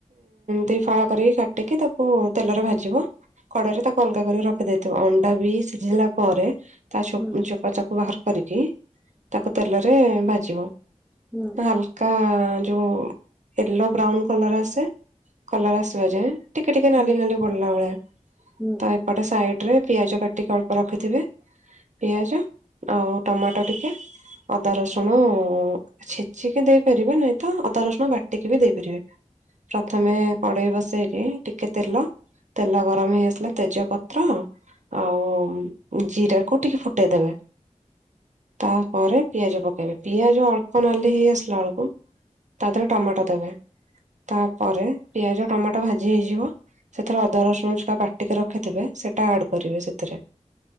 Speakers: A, on the right; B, in the centre.
A: ଦି ଫାଳ କରି କାଟିକି ତାକୁ ତେଲରେ ଭାଜିବ କଢେଇରେ ତାକୁ ଅଲଗା କରିକି ରଖିଦେଇଥିବ ଅଣ୍ଡା ବି ସିଝିଲା ପରେ ତା ଚୋପ
B: ହୁଁ
A: ଚାପୁ ବାହାର କରିକିି ତାକୁ ତେଲରେ ଭାଜିବ
B: ହୁଁ
A: ହାଲକା ହଁ ଯୋଉ ତେଲ ବ୍ରାଉନ କଲର ଆସେ କଲର ଆସିବା ଯାଏ ଟିକେ ଟିକେ
B: ହୁଁ
A: ନାଲି ନାଲି ପଡିଲା ଭଳିଆ
B: ହୁଁ
A: ତ ଏପଟେ ସାଇଡ ରେ ପିଆଜ କାଟିକି ଅଳ୍ପ ରଖିଥିବେ ପିଆଜ ଆଉ ଟମାଟ ଟ ଟିକେ ଅଦା ରସୁଣ ଛେଚିକି ଦେଇ ପାରିବେ ନହିଁ ତ ଅଦା ରସୁଣ ବାଟିକି ବି ଦେଇପାରିବେ ପ୍ରଥମେ କଢେଇ ବସେଇକି ଟିକେ ତେଲ ତେଲ ଗରମ ହେଇ ଆସିଲା ତେଜପତ୍ର ଆଉ ଜିରା କୁ ଟିକେ ଫୁଟେଇଦେବେ ତାପରେ ପିଆଜ ପକେଇବେ ପିଆଜ ଅଳ୍ପ ନାଲି ହେଇ ଆସିଲା ବେଳକୁ ତା ଦେହରେ ଟମାଟୋ ଦେବେ ତାପରେ ପିଆଜ ଟମାଟୋ ଭାଜି ଭାଜି ହେଇଯିବ ସେଥିରେ ଅଦା ରସୁଣ ଯୋଉଟା ବାଟିକି ରଖିଥିବେ ସେଟା ଆଡ କରିବେ ସେଥିରେ